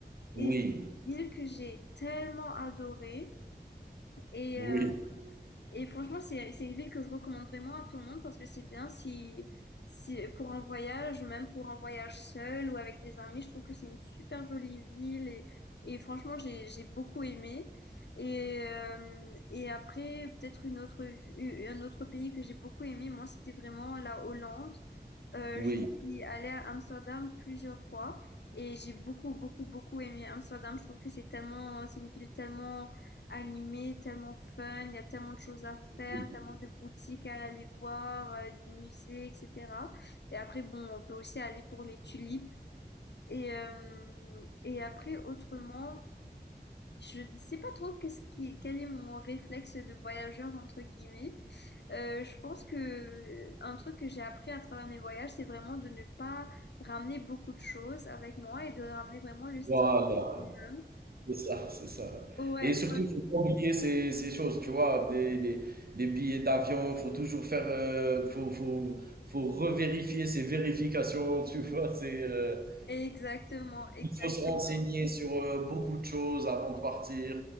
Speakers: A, on the left; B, on the right.
A: et
B: oui,
A: c'est une ville que j'ai tellement adorée. Et
B: oui,
A: euh, et franchement, c'est, c'est une ville que je recommande vraiment à tout le monde parce que c'est bien si, si, pour un voyage, même pour un voyage seul ou avec des amis, je trouve que c'est une super jolie ville et, et franchement, j'ai, j'ai beaucoup aimé. Et, euh, et après, peut-être une autre, un autre pays que j'ai beaucoup aimé, moi, c'était vraiment la Hollande. Euh,
B: oui.
A: je suis allée à Amsterdam plusieurs fois et j'ai beaucoup, beaucoup, beaucoup aimé Amsterdam. Je trouve que c'est tellement, c'est une ville tellement animée, tellement fun. Il y a tellement de choses à faire,
B: oui.
A: tellement de boutiques à aller voir, euh, des musées, etc. Et après, bon, on peut aussi aller pour les tulipes. Et, euh, et après, autrement, je ne sais pas trop qu'est-ce qui, quel est mon réflexe de voyageur entre guillemets. Euh, je pense que euh, un truc que j'ai appris à travers mes voyages, c'est vraiment de ne pas ramener beaucoup de choses avec moi et de ramener vraiment le strict
B: Voilà.
A: minimum.
B: C'est ça, c'est ça.
A: Ouais,
B: Et surtout, faut pas oublier ces ces choses, tu vois? Des les les billets d'avion, faut toujours faire, heu, faut faut faut revérifier ces vérifications, <laughs> tu vois? C'est, heu,
A: exactement, exactement,
B: il faut se renseigner sur, heu, beaucoup de choses avant de partir,